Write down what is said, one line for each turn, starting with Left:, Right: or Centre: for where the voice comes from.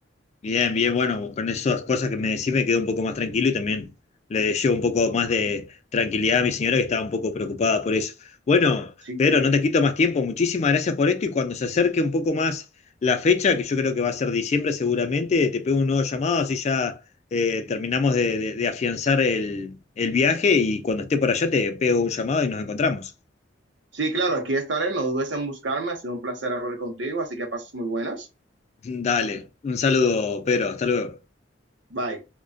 Left: Bien, bien, bueno, con esas cosas que me decís me quedo un poco más tranquilo y también le llevo un poco más de tranquilidad a mi señora que estaba un poco preocupada por eso. Bueno,
Right: Sí,
Left: Pedro,
Right: claro.
Left: no te quito más tiempo, muchísimas gracias por esto y cuando se acerque un poco más la fecha, que yo creo que va a ser diciembre seguramente, te pego un nuevo llamado, así ya eh, terminamos de, de- de afianzar el, el viaje y cuando esté por allá te pego un llamado y nos encontramos.
Right: Sí, claro, aquí estaré, no dudes en buscarme, ha sido un placer hablar contigo, así que pases muy buenas.
Left: <laughs> Dale, un saludo, Pedro, hasta luego.
Right: Bye.